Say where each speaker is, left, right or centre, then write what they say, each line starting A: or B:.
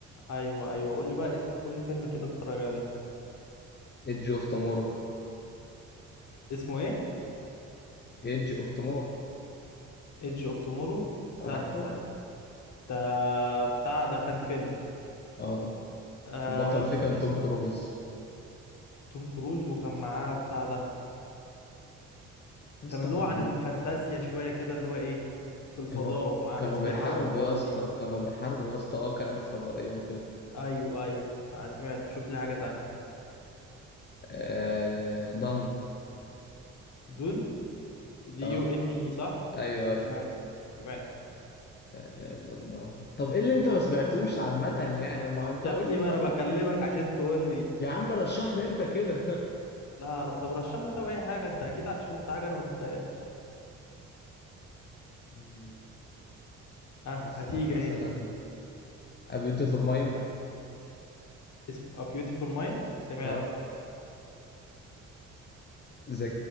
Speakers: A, on the left; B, on the left.
A: ايوه ايوه قول لي بقى اسم قول لي فيلم كده اتفرج عليه
B: ايدج اوف تومورو
A: اسمه ايه
B: ايدج اوف تومورو
A: ايدج اوف تومورو ثانية
B: عارفه
A: ثانية ده بتاع ده كان فيلم
B: اه آه.
A: آه
B: البطل فيه
A: س-
B: كان
A: يا
B: توم
A: اسطى،
B: كروز
A: توم كروز وكان معاه بتاع ده
B: يسطا
A: كان اللي
B: كانوا
A: هو عن الفانتازيا شوية كده اللي هو ايه في الفضاء
B: كانوا
A: ومعاه
B: كانوا
A: أسلحة
B: بيحاربوا
A: والحوارات
B: يا اسطى
A: دي
B: كانوا بيحاربوا يا اسطى اه كائنات فضائيه وكده
A: ايوه ايوه انا سمعت شوف لي حاجة تانية
B: آه... ضن
A: دون دي
B: اه
A: يو ان اي صح
B: ايوه أيوه.
A: سمعت سمعت
B: لا لا لا الله طب ايه اللي انت ما سمعتوش عامة يعني ما انت
A: يا
B: قول
A: ابني
B: لي
A: ما
B: طيب
A: انا بكلمك عشان تقول لي
B: يا عم رشح لي انت كده
A: لا لا طب رشح لي طب اي حاجه انت اكيد ع- شفت حاجه انا ما شفتهاش
B: <laughs> مم،
A: ها
B: مثلا
A: هتيجي
B: مثلا
A: اهي
B: A Beautiful Mind
A: اسم A Beautiful Mind سمعته
B: اه ذا